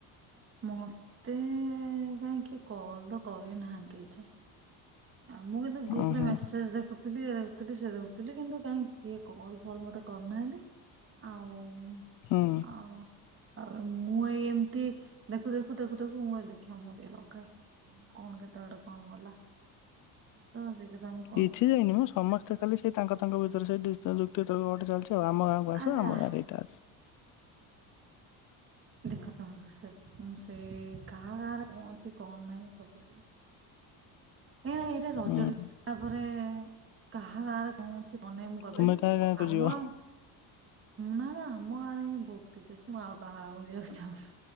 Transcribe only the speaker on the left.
ଓହୋ
ହୁଁ
କିଛି ଯାଇନି ମୁଁ ସମସ୍ତେ ସେ କାଲି ସେଇ ତାଙ୍କ ତାଙ୍କ ଭିତରେ ସେ ଯୁକ୍ତିତର୍କ ଗୋଟେ ଚାଲିଛି ଆଉ ଆମ ଗାଁକୁ ଆସ
ଆମ
ଗାଁରେ ଏଇଟା ଅଛି।
ହୁଁ
ତୁମେ କାହା ଗାଁକୁ
ଯିବ